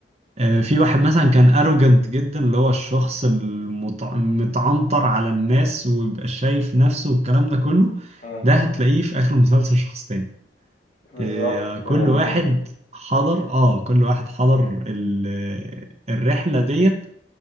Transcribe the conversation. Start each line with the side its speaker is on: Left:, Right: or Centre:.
Right: آه، في واحد مثلا كان اروجنت جدا اللي هو الشخص المت- المتعنطر على الناس ويبقى شايف نفسه والكلام ده كله
Left: مم.
Right: ده هتلاقيه في اخر المسلسل شخص تاني
Left: بالظبط
Right: آه، كل
Left: كده من
Right: واحد حضر اه كل واحد حضر ال- الرحلة ديت